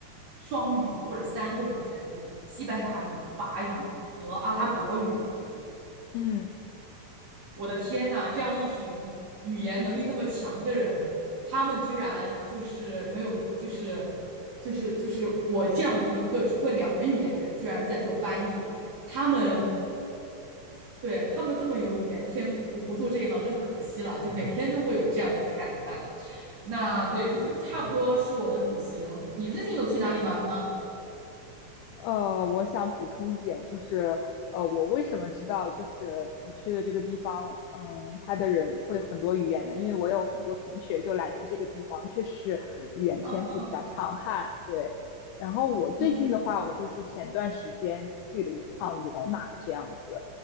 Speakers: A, on the right; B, on the left.
A: 双语或者三个语言，就是西班牙语、法语和阿拉伯语，
B: 嗯
A: 我的天呐，这样一群语言能力那么强的人，他们居然就是没有，就是就是就是我这样一个只会两门语言的人，居然在做翻译，他们
B: 嗯，
A: 对他们这么有语言天赋，不做这一行真的可惜了，就每天都会有这样子的感叹。那对，这就差不多是我的旅行。你最近有去哪里玩吗？
B: 呃，我想补充一点，就是呃，我为什么知道就是你去的这个地方，嗯，他的人会很多语言呢？因为我有很多同学就来自这个地方，确实是语言天赋比较强悍，
A: 嗯
B: 对。然后我最近的话，
A: 嗯
B: 我就是前段时间去了一趟罗马这样子，